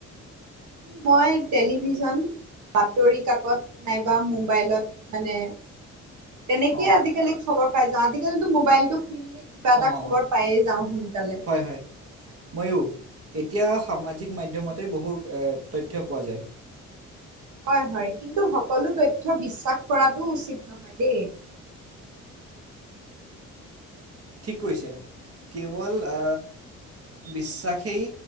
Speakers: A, on the right (about 75°); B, on the right (about 50°).
A: মই টেলিভিজন। বাতৰি কাকত নাইবা মোবাইলত মানে। তেনেকেইে
B: অঁ
A: আজিকালি খবৰ পাই যাও আজিকালি মোবাইলটো খুলিলেই, কিবা এটা
B: অঁ
A: খবৰ পায়ে যাওঁ সোনকালে।
B: হয় হয় ময়ো এতিয়া সামাজিক মাধ্যমতে বহু তথ্য পোৱা যায়।
A: হয় হয় কিন্তু সকলো তথ্য বিশ্বাস কৰাটো উচিত নহয় দেই।
B: ঠিক কৈছে কেৱল অ, বিশ্বাসেই